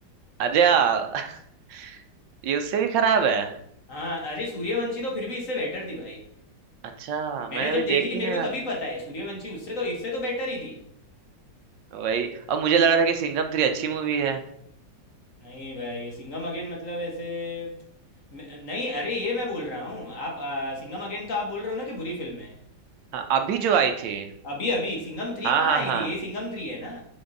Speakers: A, on the right; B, on the left.
A: अरे यार, <laughs> ये उससे भी खराब है
B: हाँ अरे सूर्यवंशी तो फिर भी इससे बेटर थी भाई
A: अच्छा मैं
B: मैंने जब
A: अभी देखी
B: देखी थी मेरे
A: नहीं
B: को
A: यार
B: तभी पता है सूर्यवंशी उससे तो इससे तो बेटर ही थी
A: वही अब मुझे लगा था कि सिंघम थ्री अच्छी मूवी है
B: नहीं भाई ये सिंघम अगेन मतलब ऐसे मैं- नहीं अरे ये मैं बोल रहा हूँ आप आ, सिंघम अगेन तो आप बोल रहे हो ना कि बुरी फिल्म है
A: हाँ अभी जो आई थी
B: अभी अभी सिंघम थ्री
A: हाँ
B: कहाँ
A: हाँ
B: आई
A: हाँ
B: थी ये सिंघम थ्री है ना